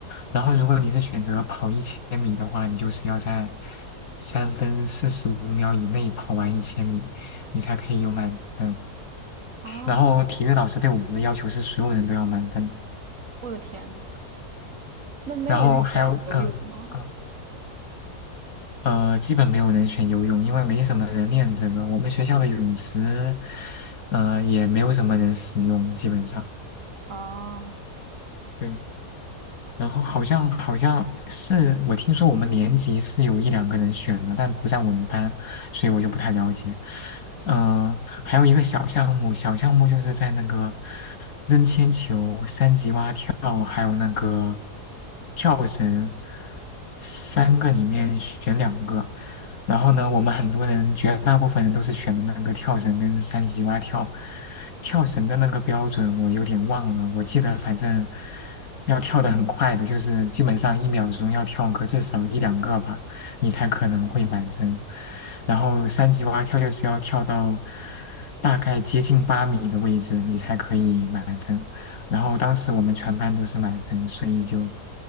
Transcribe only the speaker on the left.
然后如果你是选择跑一千米的话，你就是要在三分四十五秒以内跑完一千米，你才可以有满分。
然后体育老师对我们的要求是所有人都要满分，
然后还有嗯嗯呃，基本没有人选游泳，因为没什么人练这个。我们学校的泳池，呃，也没有什么人使用，基本上。
对。然后好像好像是我听说我们年级是有一两个人选的，但不在我们班，所以我就不太了解。嗯、还有一个小项目，小项目就是在那个扔铅球、三级蛙跳，还有那个跳绳，三个里面选两个。然后呢，我们很多人，绝大部分人都是选的那个跳绳跟三级蛙跳。跳绳的那个标准我有点忘了，我记得反正要跳的很快的，就是基本上一秒钟要跳个至少一两个吧，你才可能会满分。然后三级蛙跳就是要跳到大概接近八米的位置，你才可以满分。然后当时我们全班都是满分，所以就